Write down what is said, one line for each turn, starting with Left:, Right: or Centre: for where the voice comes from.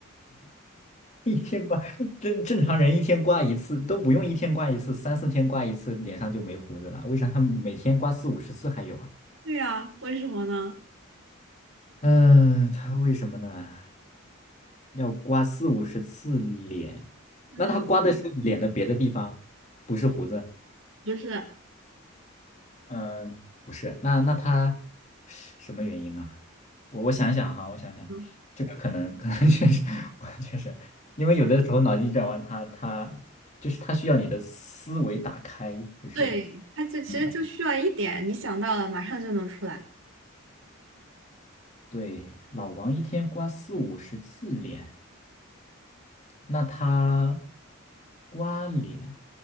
Left: 一天刮，正正常人一天刮一次都不用一天刮一次，三四天刮一次脸上就没胡子了，为啥他每天刮四五十次还有啊？
Right: 对啊，为什么呢？
Left: 嗯，他为什么呢？要刮四五十次脸，
Right: 嗯，
Left: 那他刮的是脸的别的地方，不是胡子。
Right: 不是，
Left: 嗯，不是，那那他什么原因啊？我我想想哈，我想想，
Right: 嗯，
Left: 这个可能可能确实，我确实，因为有的时候脑筋急转弯他他就是他需要你的思维打开，就是
Right: 对，他就其实就需要一点，
Left: 嗯，
Right: 你想到了，马上就能出来。
Left: 对，老王一天刮四五十次脸，那他刮脸，